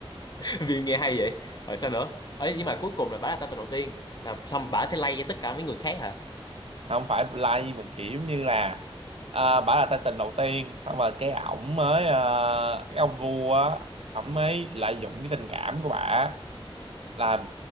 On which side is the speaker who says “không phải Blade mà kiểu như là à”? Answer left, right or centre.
Right